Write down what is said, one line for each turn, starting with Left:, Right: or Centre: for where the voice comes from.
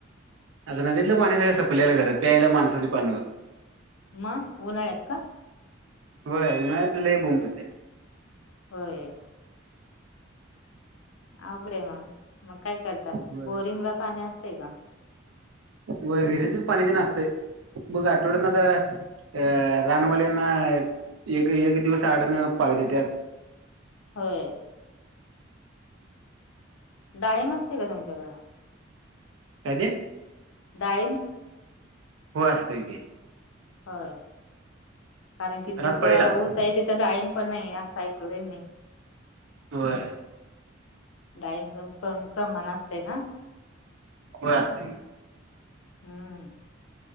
Right: आता नदीतलं पाणी सप्ल्यायला खरं प्यायला माणसाचे पाणी होतं
Left: म उन्हाळ्यात का?
Right: होय उन्हाळ्यात लई बोम होती.
Left: होय आवडे मग मग. काय करता
Right: होय.
Left: बोरिंग ला पाणी असते का?
Right: व विहिरीच पाणी ते नासत बघ आठवड्यात ना तर अ रानवल्यांना एक एक दिवस आडणं पाळी
Left: होय डाळिंब असतं का तुमच्याकडे
Right: कायते
Left: डाळिंब
Right: हो असतंय काी
Left: होय कारण की जिथं
Right: रातपाळीलाच
Left: ऊस आहे तिथं डाळीम पण नाही असं ऐकले मी
Right: होय
Left: डाळिंब प्रमाण असते ना
Right: हो असते की
Left: हम्